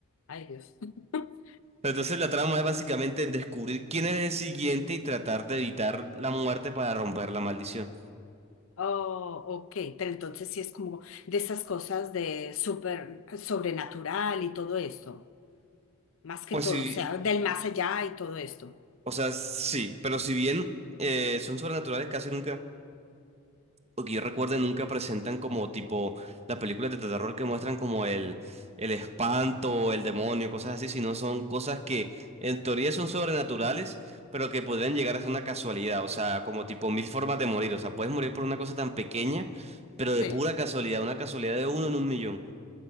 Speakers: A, on the left; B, on the right.
A: Ay, Dios. <laughs>
B: Entonces la trama es básicamente en descubrir quién es el siguiente y tratar de evitar la muerte para romper la maldición.
A: Oh, ok, pero entonces sí es como de esas cosas de súper sobrenatural y todo esto, más que
B: Pues
A: todo,
B: sí,
A: o sea, del más allá y todo esto.
B: o sea, sí, pero si bien eh, son sobrenaturales casi nunca, o que yo recuerde nunca presentan como tipo las películas de terror que muestran como el, el espanto, el demonio, cosas así, sino son cosas que en teoría son sobrenaturales, pero que pueden llegar a ser una casualidad, o sea, como tipo mil formas de morir, o sea, puedes morir por una cosa tan pequeña, pero de
A: Sí,
B: pura casualidad, una casualidad de uno en un millón.